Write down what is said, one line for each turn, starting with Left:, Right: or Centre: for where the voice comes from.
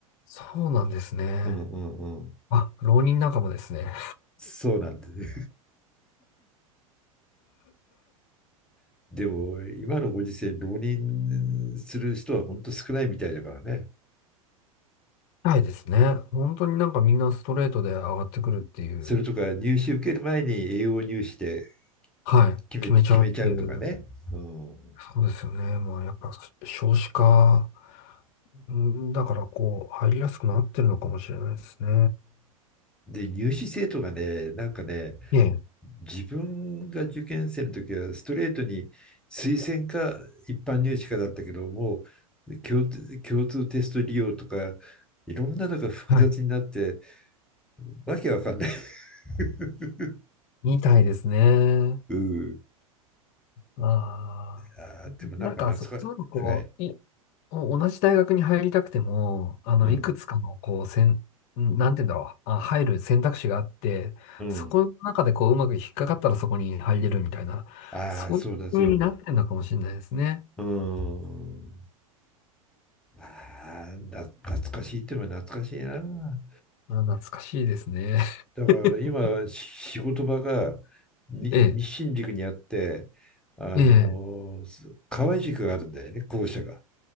Left: そうなんですね。
Centre: うんうんうん。
Left: あ、浪人仲間ですね。
Centre: そうなんだね。<laughs> でも今のご時世、浪人する人は本当少ないみたいだからね。
Left: はいですね。本当になんかみんなストレートで上がってくるっていう。
Centre: それとか入試受ける前に栄養入試で
Left: はい。
Centre: 決め、
Left: 決めちゃうっていう。
Centre: 決めちゃうとかね。うん
Left: そうですよね。まあ、やっぱ少子化、んだからこう、入りやすくなってるのかもしれないですね。
Centre: で、入試生徒がね、なんかね、
Left: ええ、
Centre: 自分が受験生の時はストレートに推薦か一般入試かだったけども、共通、共通テスト利用とか、いろんなのが複雑になって、
Left: はい。
Centre: わけわかんない。<laughs>
Left: みたいですね。
Centre: うん。
Left: ああ。
Centre: あーでもなんか懐かしい。
Left: なんか、そ、そういうのこう、
Centre: はい。
Left: い、同じ大学に入りたくても、あの、
Centre: うん。
Left: いくつかの、こう、せん、んなんて言うんだろう、あ、入る選択肢があって、
Centre: うん。
Left: そこの中でこう、うまく引っかかったらそこに入れるみたいな、
Centre: ああ、
Left: そういう風になってるのかもしれないですね。
Centre: そうだそう。うん。ああ、な懐かしいって言えば懐かしいな。
Left: あ、懐かしいですね。
Centre: だから今、
Left: <laughs>
Centre: 仕事場がに西新宿にあって、
Left: ええ、
Centre: あの、
Left: ええ、
Centre: 河合塾があるんだよね、校舎が。